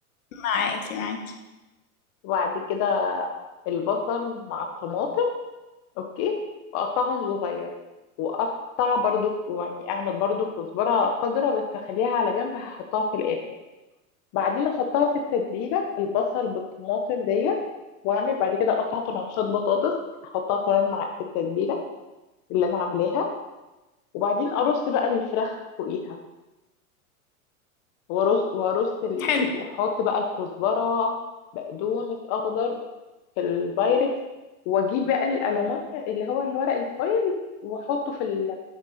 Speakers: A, on the left (about 70°); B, on the left (about 45°).
A: معاكي معاكي
B: وبعد كده البصل مع الطماطم اوكي واقطعهم صغير واقطع برضو يعني اعمل برضو كزبره خضراء بس اخليها على جنب هحطها في الاخر بعدين احطها في التتبيله البصل بالطماطم ديت واعمل بعد كده اقطع طرنشات بطاطس احطها كمان مع في التتبيله اللي انا عاملاها وبعدين ارص بقى الفراخ فوقيها وارص وارص ال...
A: حلو
B: واحط بقى الكزبره بقدونس اخضر في البايركس واجيب بقى الالومنيوم اللي هو الورق الفويل واحطه في ال...